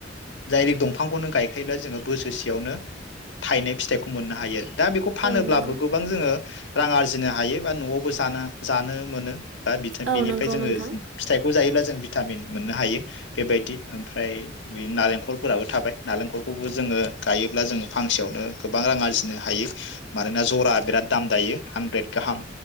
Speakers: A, on the left; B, on the right.
A: दायरेक्ट दंफांखौनो गायखायोब्ला जोङो बोसोरसेयावनो थायनाय फिथाइखौ मोनो हायो दा बेखौ फानोब्लाबो
B: औ नंगौ
A: गोबां जोङो रां आरजिनो हायो बा न'आवबो जानो-जानो मोनो दा <unintelligible>
B: औ
A: बिनिफ्राय
B: नंगौ
A: जोङो
B: नोंथां
A: फिथाइखौ जायोब्ला जों जों भिटामिन मोननो हायो बेबायदि ओमफ्राय बे नारेंखलफोराबो थाबाय नारेंखलखौबो जोङो गायोब्ला जोङो फांसेयावनो गोबां रां आरजिनो हायो मानोना जरा बिराद दाम दायो हानद्रेद गाहाम